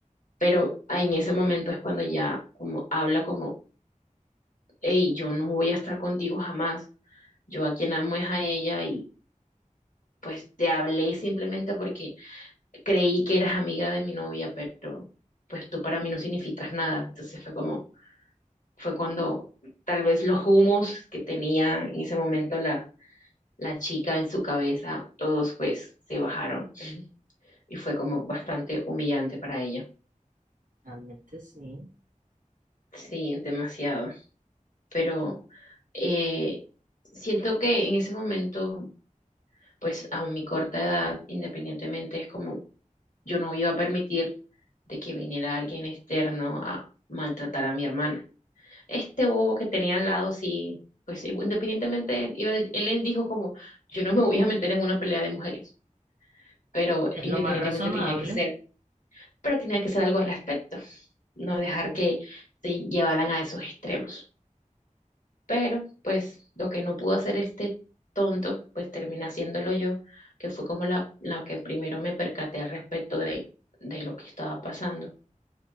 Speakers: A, on the left; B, on the right.
A: pero en ese momento es cuando ya como habla como, hey, yo no voy a estar contigo jamás, yo a quien amo es a ella y pues te hablé simplemente porque creí que eras amiga de mi novia, pero pues tú para mí no significas nada. Entonces fue como, fue cuando tal vez los humos que tenía en ese momento la, la chica en su cabeza, todos pues se bajaron. y fue como bastante humillante para ella.
B: Realmente sí,
A: Sí, demasiado. Pero eh, siento que en ese momento, pues a mi corta edad, independientemente, es como yo no iba a permitir de que viniera alguien externo a maltratar a mi hermana. Este bobo que tenía al lado, sí, pues independientemente, iba él, él dijo como, yo no me voy a meter en una pelea de mujeres, pero
B: es
A: independientemente
B: lo más razonable.
A: tenía que ser. pero tenía que hacer algo al respecto, no dejar
B: Sí.
A: que se llevaran a esos extremos. Pero, pues, lo que no pudo hacer este tonto, pues termina haciéndolo yo, que fue como la, la que primero me percaté al respecto de, de lo que estaba pasando.